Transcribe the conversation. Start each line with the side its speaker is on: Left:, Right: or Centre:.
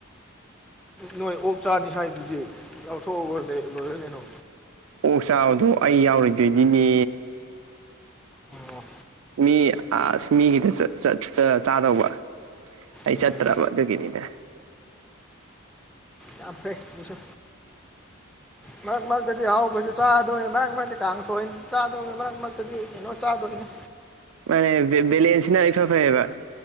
Centre: ꯅꯣꯏ ꯑꯣꯛ ꯆꯥꯅꯤ ꯍꯥꯏꯕꯗꯨꯗꯤ ꯌꯥꯎꯊꯣꯛꯑꯣꯅꯦ ꯂꯣꯏꯔꯅꯦ ꯀꯩꯅꯣ
Right: ꯑꯣꯛ ꯆꯥꯕꯗꯣ ꯑꯩ ꯌꯥꯎꯔꯣꯏꯗꯣꯏꯗꯤꯅꯦ
Centre: ꯑꯣ
Right: ꯃꯤ ꯑꯁ ꯃꯤꯒꯤꯗ ꯆꯠ ꯆꯠ ꯆꯥꯗꯧꯕ ꯑꯩ
Centre: ꯎꯝ
Right: ꯆꯠꯇ꯭ꯔꯕ ꯑꯗꯨꯒꯤꯅꯤꯅꯦ
Centre: ꯌꯥꯝ ꯐꯩ ꯁꯨ ꯃꯔꯛ ꯃꯔꯛꯇꯗꯤ ꯍꯥꯎꯕꯁꯨ ꯆꯥꯗꯧꯅꯤ ꯃꯔꯛ ꯃꯔꯛꯇꯤ ꯀꯥꯡ ꯁꯣꯏꯅꯤ ꯆꯥꯗꯧꯅꯤ ꯃꯔꯛ ꯃꯔꯛꯇ ꯇꯗꯤ ꯀꯩꯅꯣ ꯆꯥꯗꯣꯏꯅꯦ
Right: ꯃꯥꯅꯦ ꯕꯂꯦꯟꯁꯅ ꯏꯐꯥ ꯐꯩꯌꯦꯕ